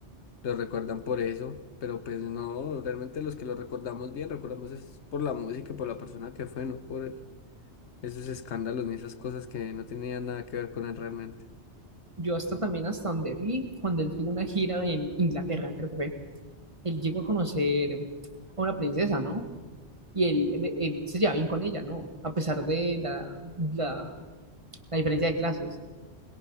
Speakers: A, on the left (about 75°); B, on the right (about 25°).
A: lo recuerdan por eso, pero pues no, realmente los que lo recordamos bien, recordamos es por la música y por la persona que fue, no por el- esos escándalos ni esas cosas que no tenían nada que ver con él realmente.
B: Yo hasta también hasta donde vi, cuando él tuvo una gira en Inglaterra, creo que fue, él llegó a conocer a una princesa, ¿no? Y él, él- él se llevaba bien con ella, ¿no? A pesar de la, la, la diferencia de clases.